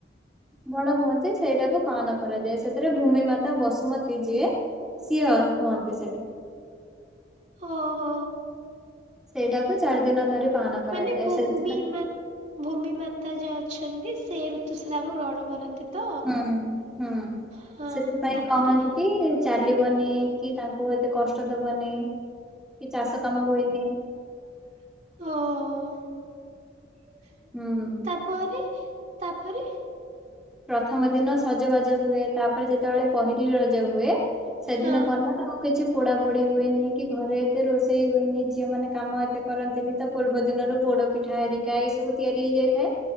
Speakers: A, in the centre; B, on the right (about 40°).
A: ବଡ ହୁଅନ୍ତି ସେଇଟାକୁ ପାଳନ କରାଯାଏ। ସେଥିରେ ଭୂମି ମା ତା ବସୁମତୀ ଯିଏ ସିଏ ହୁଅନ୍ତି ସେଇଟା।
B: ହଁ ହଁ।
A: ସେଇଟାକୁ ଚାରି ଦିନ ଧରି ପାଳନ କରାଯାଏ
B: ମାନେ ଭୂମି
A: ସେଥିପାଇଁ
B: ମା ଭୂମି ମାତା ଯିଏ ଅଛନ୍ତି ସେ ଋତୁସ୍ରାବ ଗ୍ରହଣ କରନ୍ତି। ତ?
A: ହୁଁ ହୁଁ
B: ହଁ
A: ସେଥିପାଇଁ
B: ତାପରେ
A: କହନ୍ତି କି ଚାଲିବନି କି, ତାଙ୍କୁ ଏତେ କଷ୍ଟ ଦବନି, କି ଚାଷ କାମ ହୁଏନି।
B: ଓହୋ।
A: ହୁଁ ହୁଁ।
B: ତାପରେ ତାପରେ
A: ପ୍ରଥମ ଦିନ ସଜବାଜ ହୁଏ। ତାପରେ ଯେତେବେଳେ ପହଲି ରଜ ହୁଏ ସେଦିନ
B: ହଁ
A: କଣ ନା ଆଉ କିଛି ପୋଡ଼ାପୋଡ଼ି ହୁଏନି, କି ଘରେ ଏତେ ରୋଷେଇ ହୁଏନି, ଝିଅମାନେ କାମ ଏତେ କରନ୍ତିନି। ତା ପୂର୍ବ ଦିନରୁ ପୋଡ଼ ପିଠା ହେରିକା ଏଇ ସବୁ ତିଆରି ହେଇଯାଇଥାଏ।